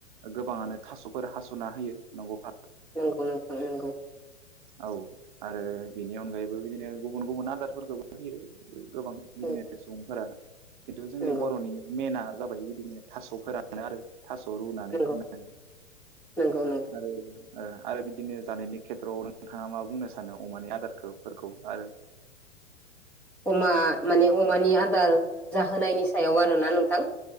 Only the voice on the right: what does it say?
गोबाङानो थास'फोर हास'ना होयो नंगौफा?
औ आरो बेनि अनगायैबो बिदिनो गुबुन गुबुन आदारफोरखौबो होयो गोबां बिदिनो
सुबुंफोरा जिथु जोंनि
बर'नि मेना जाबाय बिदिनो थास' फोरानो आरो। थास' रुनानै
होनाय
आरो ओ आरो बिदिनो जानायनि खेथ्र'आव नोंथाङा मा बुंनो सानो अमानि आदारखो फोरखौ आरो?